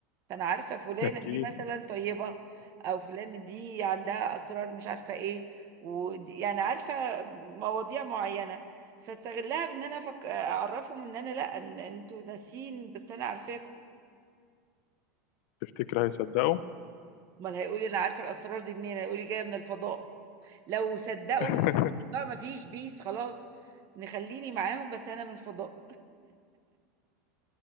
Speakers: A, on the right; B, on the left.
A: فانا عارفه فلانه
B: اكيد
A: دي مثلا طيبه او فلانه دي عندها اسرار مش عارفه ايه ودي يعني عارفه مواضيع معينه فاستغلها بان انا فك... اعرفهم ان انا لا إن انتوا ناسين بس انا عارفاكم
B: تفتكر هيصدقوا
A: امال هيقولي انا عارفه الاسرار دي منين هيقولي جايه من الفضاء لو صدقوا
B: <laughs>
A: ان انا بقى ما فيش بيس خلاص نخليني معاهم بس انا من الفضاء